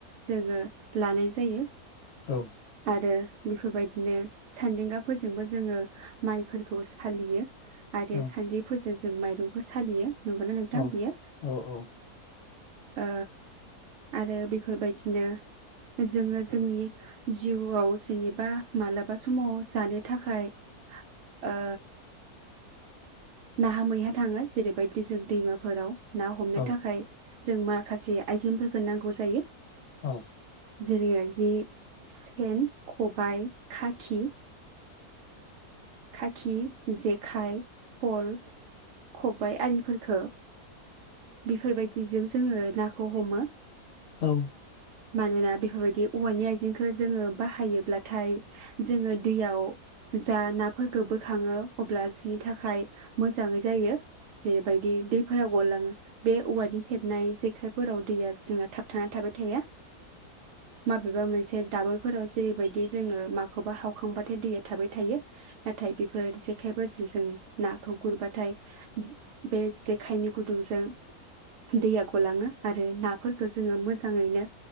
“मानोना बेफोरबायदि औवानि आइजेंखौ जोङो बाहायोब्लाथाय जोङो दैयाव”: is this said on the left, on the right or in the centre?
Right